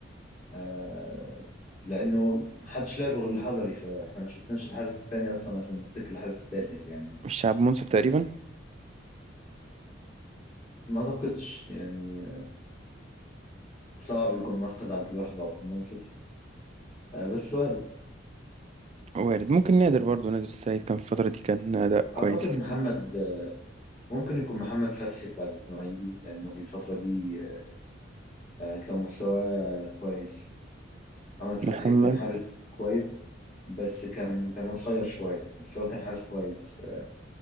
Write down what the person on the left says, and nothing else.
آه، لانه محدش لعب غير الحضري فاحنا ما شفناش الحارس الثاني اصلا عشان نفتكر الحارس الثالث يعني
ما اعتقدش يعني صعب يكون واخد عبد الواحد وعبد المنصف آه، بس وارد
اعتقد محمد آه، ممكن يكون محمد فتحي بتاع الاسماعيلي لانه في الفتره دي آه، كان مستواه كويس محمد فتحي
كان حارس كويس بس كان كان قصير شويه بس هو كان حارس كويس آه،